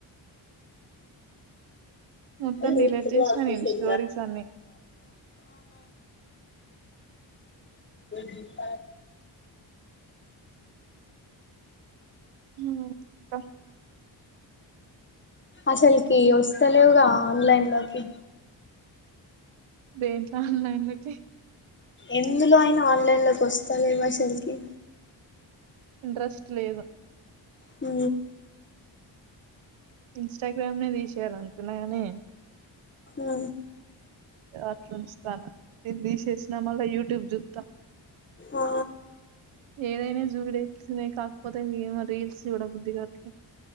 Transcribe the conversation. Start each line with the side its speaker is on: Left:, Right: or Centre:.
Right: మొత్తం
Left: హా ఇది
Right: డిలీట్ చేసిన నేను స్టోరీస్ అన్ని
Left: జీత
Right: హ అ
Left: అసల్కి వస్త లేవుగా ఆన్లైన్ లోకి
Right: దేంట్లో ఆన్లైన్ లోకి
Left: ఎందులో అయిన ఆన్లైన్ లోకి వస్తాల భషల్కిి
Right: ఇంట్రెస్ట్ లేదు
Left: ఉ
Right: ఇన్స్టాగ్రామ్ నే తీసేయాలనుకున్నా కాని
Left: ఆ
Right: అట్లుంచుతాను తీసేసినా మల్ యూట్యూబ్ చూప్తాం
Left: ఆ
Right: ఏదైనా జూడిన కాకపోతే ఏ రీల్స్ సూడ బుద్ధిగావట్లే